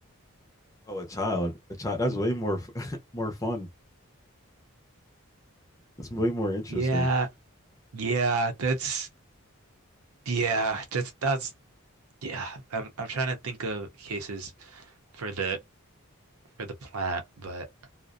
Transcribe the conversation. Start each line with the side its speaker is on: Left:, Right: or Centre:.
Left: Oh, a child. A child. That's way more <laughs> more fun. It's way more interesting.
Right: Yeah, yeah, that's yeah, that's that's yeah. I'm I'm trying to think of cases for the for the plant, but